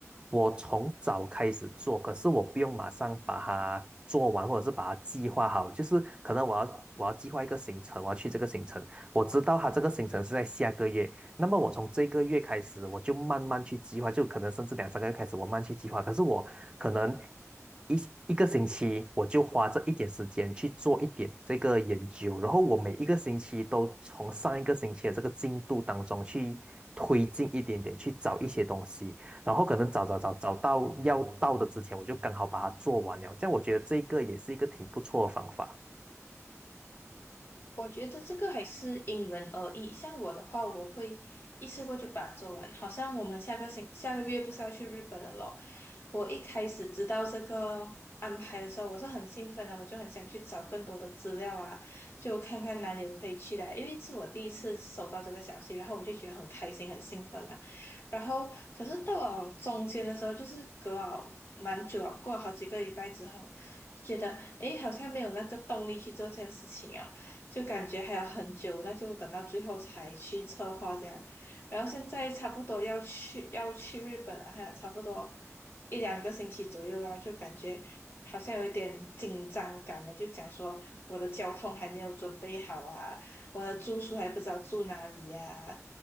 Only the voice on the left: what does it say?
我觉得这个还是因人而异。像我的话，我会一次过就把它做完。好像我们下个星下个月不是要去日本了咯？我一开始知道这个安排的时候，我是很兴奋的，我就很想去找更多的资料啊，就看看哪里可以去的。因为是我第一次收到这个消息，然后我就觉得很开心、很兴奋嘛。然后，可是到了中间的时候，就是隔了蛮久了，过了好几个礼拜之后，觉得诶，好像没有那个动力去做这件事情啊。就感觉还有很久，那就等到最后才去策划这样。然后现在差不多要去要去日本了，还有差不多一两个星期左右啦，就感觉好像有一点紧张感了，就讲说我的交通还没有准备好啊，我的住宿还不知道住哪里呀